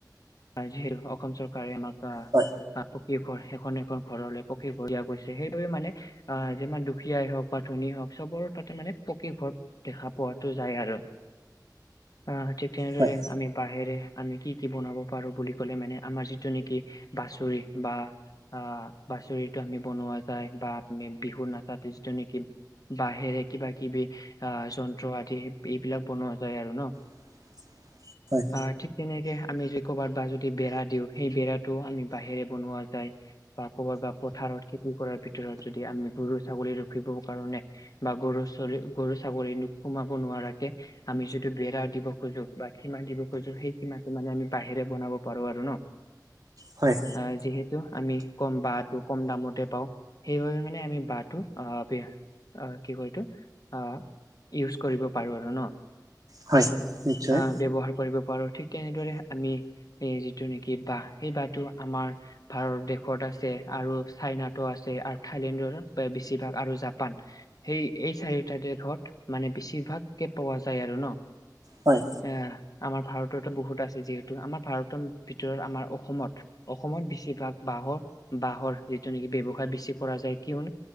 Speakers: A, on the left; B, on the right.
A: <inaudible> অসম চৰকাৰে আমাক আ।
B: হয়
A: <inaudible> ই ঘৰ সেখন এখন ঘৰৰে পকী <inaudible> দিয়া কৰিছে সে <inaudible> মানে আহ যিমান দুখীয়াই হওক বা ধনী হওক চবৰ তাতে মানে পকী ঘৰ দেখা পোৱাটো যায় আৰু আহ তেতিয়া আৰুৰে
B: হয়
A: আমি বাঁহেৰে। আমি কি কি বনাব পাৰো বুলি ক'লে মানে আমাৰ যিটো নেকি বাচুৰি বা আহ বাচুৰিটো আমি বনোৱা যায় বাবি বিহু নাচা তিছদো নেকি। বাঁহেৰে কিবা কিবি আহ যন্ত্ৰ আদি এইবিলাক বনোৱা যায় আৰু ন।
B: <inaudible> হয়
A: আৰ ঠি তেনেকে আমি য ক'ৰবাত বা যদি বেৰা দিওঁ সেই বেৰাটোও আমি বাঁহেৰে বনোৱা যায়। বা কবাত বা পথাৰত খেতি কৰাৰ ভিতৰত যদি আমি গৰু ছাগলী ৰখিব কাৰণে। বা গৰু <inaudible> গৰু ছাগলী নো সোমাব নোৱাৰাকে। আমি যিটো বেৰা দিব খোজো বা সীমা দিব খোজো সেই সীমাটো মানে আমি বাঁহেৰে বনাব পাৰো আৰু ন।
B: হয়।
A: আ যিহেতু আমি কম বাঁহটো কম দামতে পাওঁ। সেইবাবে মানে আমি বাঁহটো আহ কি কয় এইটো আহ ইউজ কৰিব পাৰো আৰু ন
B: হয় নিশ্চয়
A: অ ব্যৱহাৰ কৰিব পাৰো ঠি তেনেদৰে আমি। এই যিটো নেকি বাঁহ এই বাঁহটো আমাৰ ভাৰত দেশত আছে আৰু চাইনা ট আছে আৰু থাইলেণ্ডৰ বা বেছিভাগ আৰু জাপান। সেই এই চাৰিটা দেশত মানে বেছিভাগকে পোৱা যায় আৰু ন।
B: হয়।
A: এ আমাৰ ভাৰততে বহুত আছে যিহেতু আমাৰ ভাৰতৰ ভিতৰত আমাৰ অসমত। অসমত বেছিভাগ বাঁহৰ বাঁহৰ যিটো নেকি ব্যৱসায় বেছি কৰা যায় কিয়ন